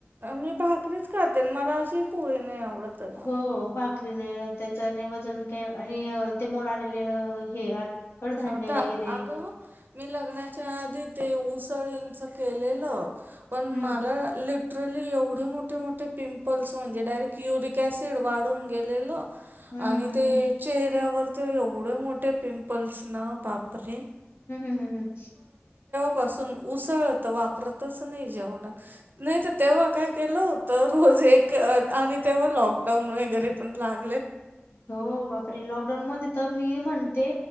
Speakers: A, on the right; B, on the left.
A: मी भाकरीच खातेन मला अशी पोळी नाही आवडत. अगं
B: हो भाकरीने त्या. वजन काय आणि ते मोड आलेले हे कडधान्य
A: अ द
B: वगैरे
A: अगं मी लग्नाच्या आधी ते उसळींच केलेलं पण
B: हम्म
A: मला लिफ्ट एवढे मोठे मोठे पिंपल्स झाले म्हणजे डायरेक्ट युरिक ऑसिड वाढून गेलेलं.
B: हम्म
A: आणि
B: हम्म
A: ते
B: हम्म हम्म
A: चेहऱ्यावर ते एवढे मोठे पिंपल्स ना बापरे
B: हम्म, हम्म, हम्म, हम्म.
A: पासून उसळत वापरतच नाही जेवण नाही तर तेव्हा काय केलं होत रोज. जे आणि तेव्हा लकडाऊन वैगरे पण लाग
B: हो बापरे लॉकडाऊन मध्ये तर मी म्हण ते